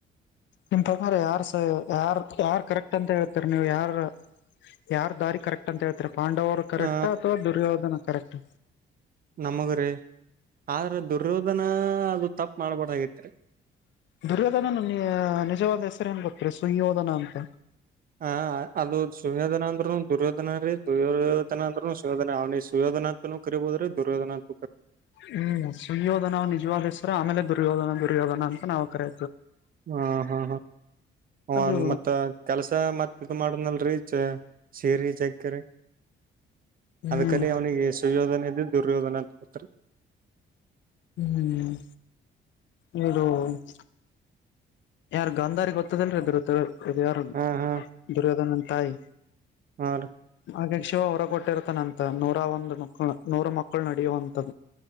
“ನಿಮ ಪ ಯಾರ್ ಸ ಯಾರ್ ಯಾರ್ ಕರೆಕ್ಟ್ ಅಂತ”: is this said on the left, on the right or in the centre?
Left